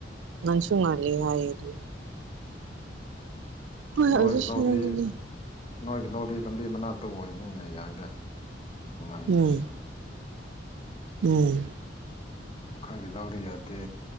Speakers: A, on the right (about 80°); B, on the left (about 30°).
A: ꯅꯪꯁꯨ ꯉꯥꯜꯂꯦ ꯍꯥꯏꯌꯦ ꯑꯗꯨ ꯍꯣꯏ
B: ꯅꯣꯒꯤ
A: ꯑꯗꯨ ꯁꯅꯗꯨꯗꯤ
B: ꯂꯧꯗꯤ ꯅꯣꯏꯒꯤ ꯂꯧꯗꯤ ꯂꯝꯕꯤ ꯃꯅꯥꯛꯇ ꯑꯣꯏꯕꯅꯤꯅ ꯌꯥꯏꯗ ꯃꯃꯟꯗꯨꯁꯨ
A: ꯎꯝ ꯎꯝ
B: ꯑꯩꯈꯣꯏꯒꯤ ꯂꯧꯗꯤ ꯌꯥꯗꯦ